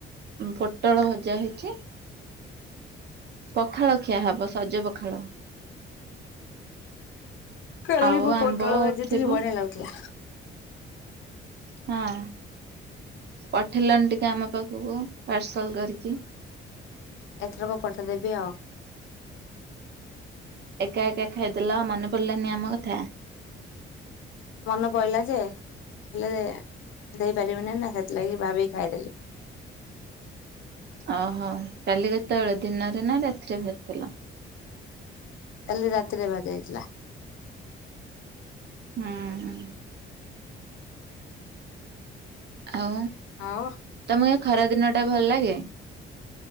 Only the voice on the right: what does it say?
ପୋଟଳ ଭଜା ହେଇଛି। ପଖାଳ ଖିଆ ହବ ସଜ ପଖାଳ।
ଆଉ
ଆମ୍ବ
ଥିବ
ହଁ। ପଠେଇଲନି ଟିକେ ଆମ ପାଖକୁ ପାର୍ସଲ କରିକି।
ଏକା ଏକା ଖାଇଦେଲ ମନେ ପଡି଼ଲାନି ଆମ କଥା।
ଓ ହୋ କାଲି କେତେବେଳେ ଦିନରେ ନା ରାତିରେ ଖାଇଥିଲ?
ହୁଁ ହୁଁ। ଆଉ
ତମକୁ ଖରା ଦିନ ଟା ଭଲ ଲାଗେ?